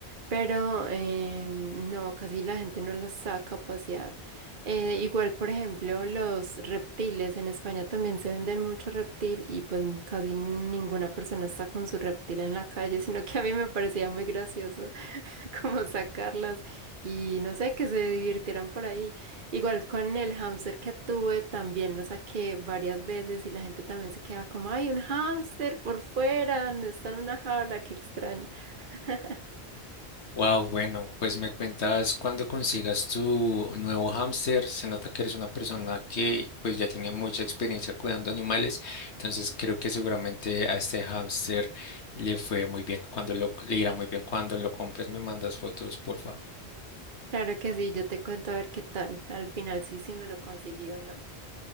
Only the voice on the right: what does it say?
pero eh, no, casi la gente no las saca a pasear. Eh, igual, por ejemplo, los reptiles, en España también se venden mucho reptil y pues casi ninguna persona está con su reptil en la calle, sino que a mí me parecía muy gracioso <laughs> como sacarlas y no sé, que se divirtieran por ahí. Igual con el hámster que tuve, también lo saqué varias veces y la gente también se queda como, ay, un hámster por fuera, no está en una jaula, qué extraño. <laughs>
Claro que sí, yo te cuento a ver qué tal. Al final sí, sí me lo conseguí o no.